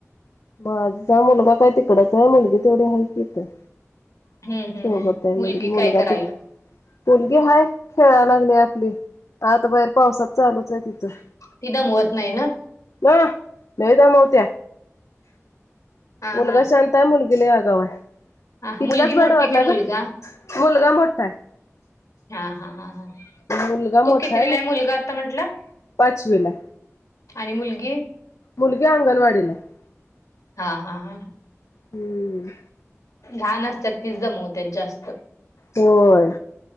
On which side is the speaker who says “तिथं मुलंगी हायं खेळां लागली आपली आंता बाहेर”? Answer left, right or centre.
Left